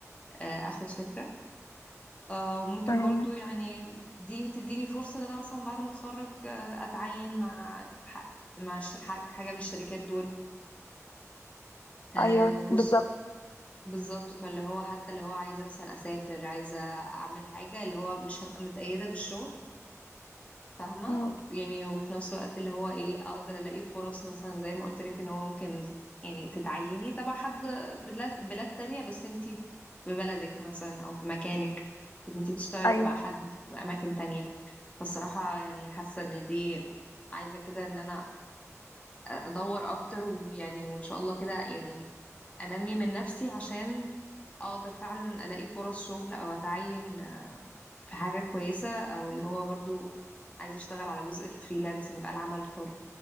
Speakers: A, on the left (about 25°); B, on the left (about 70°).
A: آه، اخد فكره آه، وممكن
B: مم.
A: برضو يعني دي بتديني فرصه ان انا مثلا بعد ما اتخرج آه، اتعين مع ح- مع ش- حاجه حاجة من الشركات دول آه،
B: ايوه
A: وص-
B: بالظبط
A: بالظبط فاللي هو حتى اللي هو عايزه مثلا اسافر عايزه اعمل حاجه اللي هو مش هبقى متقيده بالشغل فاهمة
B: مم.
A: وف- يعني وفي نفس الوقت اللي هو ايه اقدر الاقي فرص مثلا زي ما قلت لك ان هو ممكن يعني تتعيني تبع حد بلاد بلاد تانية بس انتي في بلدك مثلا او في مكانك بس انتي بتشتغلي
B: ايوه
A: تبع حد في اماكن تانية فالصراحة يعني حاسة ان دي عايزة كده ان انا أ- ادور اكتر ويعني وان شاء الله كده يعني انمي من نفسي عشان اقدر فعلا الاقي فرص شغل او اتعين في حاجة كويسة او اللي هو برضو عايزة اشتغل على جزء الفريلانسنج بقى العمل الحر